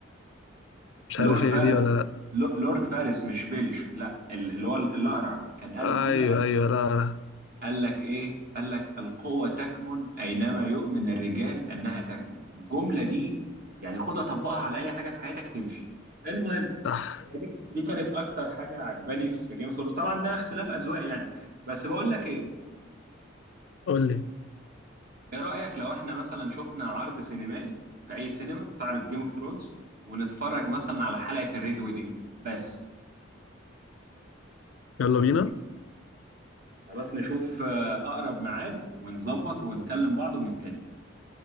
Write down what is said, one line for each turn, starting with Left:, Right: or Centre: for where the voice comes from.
Left: مش
Right: لورد
Left: عارف هي
Right: فارس
Left: دي ولا لا
Right: لورد فارس مش بيليش لا ال- اللي هو الأقرع كان قال
Left: ايوه
Right: جملة
Left: ايوه لا لا
Right: قال لك ايه قال لك القوة تكمن اينما يؤمن الرجال انها تكمن الجملة دي يعني خدها طبقها على اي حاجة في حياتك تمشي المهم
Left: صح
Right: يعني دي, دي كانت اكتر حاجة عجباني في جيم اوف ثرونز طبعا ده اختلاف اذواق يعني بس بقول لك ايه
Left: قول لي
Right: ايه رأيك لو احنا مثلا شفنا عرض سينمائي في اي سينما تعرض جيم اوف ثرونز ونتفرج مثلا على حلقة الريد ويدنج بس
Left: يلا بينا
Right: خلاص نشوف آه، اقرب ميعاد ونظبط ونكلم بعض ونتقابل